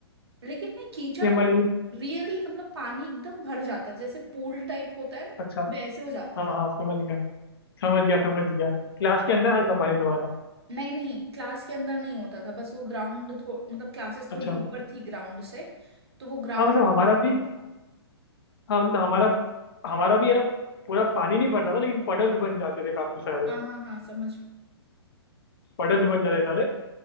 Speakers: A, on the right; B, on the left.
A: लेकिन ना कीचड़
B: ये हमारी
A: रियली मतलब पानी एकदम भर जाता जैसे पूल टाइप होता है ना
B: अच्छा
A: वैसे हो जाता
B: हाँ
A: था
B: हाँ समझ गया समझ गया समझ गया क्लास के अंदर आता पानी दोबारा
A: नहीं नहीं क्लास के अंदर नहीं होता था बस वो ग्राउंड थो, मतलब क्लासेस
B: अच्छा
A: थोड़ी ऊपर थी ग्राउंड से तो वो ग्राउंड
B: हाँ मतलब
A: होता
B: हमारा भी
A: था
B: हाँ मतलब हमारा हमारा भी है ना पूरा पानी नहीं भरता था लेकिन पडल्स बन जाते थे काफी सारे
A: हाँ हाँ हाँ समझ गई।
B: पडल्स बन जाते सारे